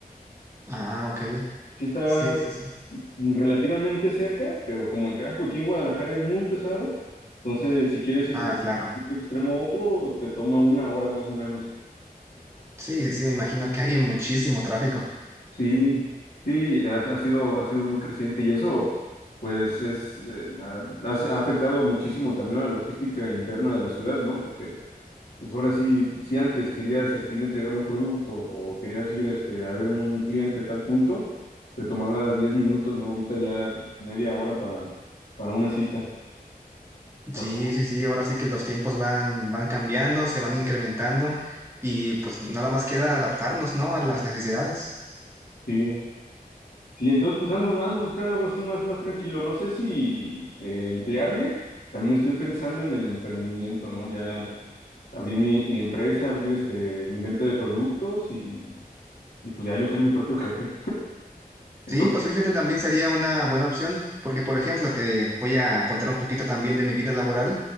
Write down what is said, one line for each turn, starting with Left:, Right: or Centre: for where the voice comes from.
Right: Ah, ok.
Left: Sí está
Right: Sí, sí, sí.
Left: relativamente cerca, pero como el tráfico aquí en Guadalajara es muy pesado, entonces si quieres ir
Right: Ah,
Left: por
Right: claro.
Left: un extremo a otro, te toma una hora más o menos.
Right: Sí, sí, sí, me imagino que hay muchísimo tráfico.
Left: Sí, sí, ha, ha sido, ha sido muy creciente y eso, pues, es, eh, ha, ha afectado muchísimo también a la logística interna de la ciudad, ¿no? Porque Pues ahora sí, si antes querías este, ir a entregar un producto o querías ir este, a ver un cliente tal punto, te tomaba 10 minutos, ¿no? Ahorita ya media hora para, para una cita. Está
Right: Sí,
Left: como,
Right: sí, sí, ahora sí que los tiempos van, van cambiando, se van incrementando y pues nada más queda adaptarnos, ¿no? A las necesidades.
Left: sí. Sí, entonces pues ando, ando buscando algo así más, más tranquilo. No sé si eh, emplearme, también estoy pensando en el emprendimiento, ¿no? Ya abrir mi, mi empresa, abrir este, mi venta de productos y, y pues ya yo ser mi propio jefe. Eso,
Right: Sí, pues fíjate, también sería una buena opción, porque por ejemplo, te voy a contar un poquito también de mi vida laboral,